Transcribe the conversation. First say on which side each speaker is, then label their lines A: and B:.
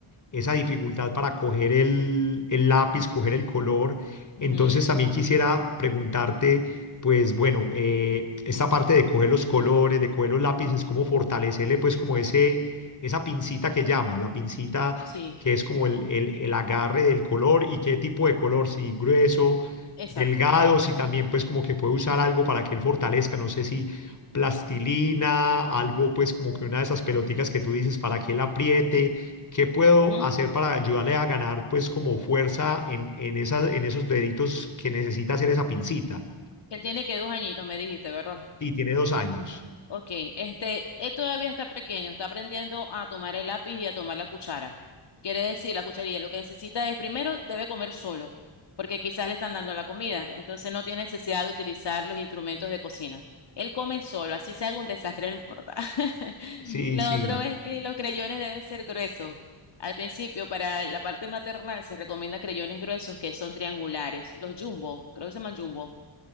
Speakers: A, on the left; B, on the left.
A: esa dificultad para coger el, el lápiz, coger el color.
B: Ujú,
A: Entonces también quisiera preguntarte, pues bueno, eh, esta parte de coger los colores, de coger los lápices, cómo fortalecerle pues como ese, esa pincita que llaman, la pincita
B: Sí,
A: que es como el, el, el agarre del color y qué tipo de color, si grueso,
B: exacto.
A: delgado, si también pues como que puede usar algo para que él fortalezca, no sé si plastilina, algo pues como que una de esas pelotitas que tú dices para que él apriete ¿Qué puedo
B: Ujú.
A: hacer para ayudarle a ganar, pues, como fuerza en, en esas, en esos deditos que necesita hacer esa pincita?
B: Él tiene que dos añitos, me dijiste, ¿verdad?
A: Sí, tiene dos años.
B: Ok, este, él todavía está pequeño, está aprendiendo a tomar el lápiz y a tomar la cuchara. Quiere decir, la cucharilla, lo que necesita es, primero, debe comer solo, porque quizás le están dando la comida, entonces no tiene necesidad de utilizar los instrumentos de cocina. Él come solo, así se haga un desastre, no importa. <laughs>
A: Sí,
B: Lo
A: sí,
B: otro es que los creyones deben ser gruesos. Al principio, para la parte maternal, se recomienda creyones gruesos que son triangulares, los jumbo, creo que se llaman jumbo.